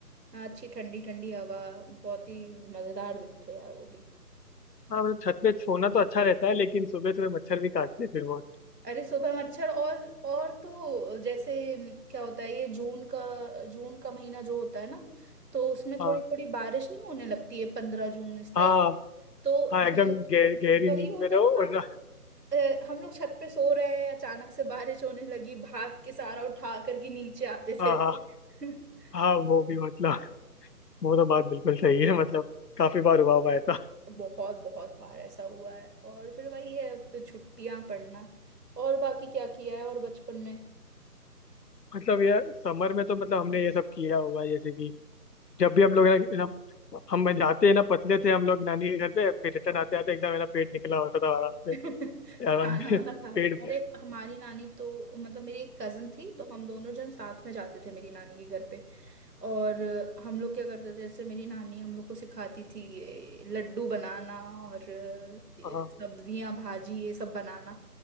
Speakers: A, on the right (about 80°); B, on the left (about 80°).
A: अच्छी ठंडी ठंडी हवा बहुत ही मजेदार दिन थे यार वो भी
B: हाँ मतलब छत पे सोना तो अच्छा रहता है लेकिन सुबह सुबह मच्छर भी काटते हैं फिर वो
A: अरे सुबह मच्छर और और तो जैसे हम्म, क्या होता है ये जून का जून का महीना जो होता है ना तो उसमें
B: हाँ
A: थोड़ी थोड़ी बारिश नहीं होने लगती है पंद्रह जून इस टाइप
B: हाँ
A: में तो
B: हाँ एकदम
A: ये
B: गह, गहरी
A: वही
B: नींद
A: होता
B: में रहो
A: था
B: और ना-
A: अ, हम लोग छत पे सो रहे हैं अचानक से बारिश होने लगी भाग के सारा उठा करके नीचे आते
B: हाँ
A: थे फिर
B: हाँ
A: <laughs>
B: हाँ वो भी मतलब वो तो बात बिल्कुल सही है मतलब काफी बार हुआ हुआ है ऐसा <laughs>
A: बहुत बहुत बार ऐसा हुआ है और फिर वही है फिर छुट्टियां पड़ना और बाकी क्या किया है और बचपन में
B: मतलब ये समर में तो मतलब हमने ये सब किया होगा जैसे कि जब भी हम लोग है ना ना- हम जाते हैं ना पतले थे हम लोग नानी के घर पे फिर रिटर्न आते आते एकदम है ना पेट निकला होता था आराम
A: <laughs>
B: से
A: खाना
B: आराम से
A: वाना
B: पेट
A: खा के अरे
B: भर
A: हमारी नानी तो मतलब मेरी एक कजन थी तो हम दोनों जन साथ में जाते थे मेरी नानी के घर पे और हम लोग क्या करते थे जैसे मेरी नानी हम लोग को सिखाती थी ये लड्डू बनाना और सब्जियां
B: हाँ
A: भाजी ये सब बनाना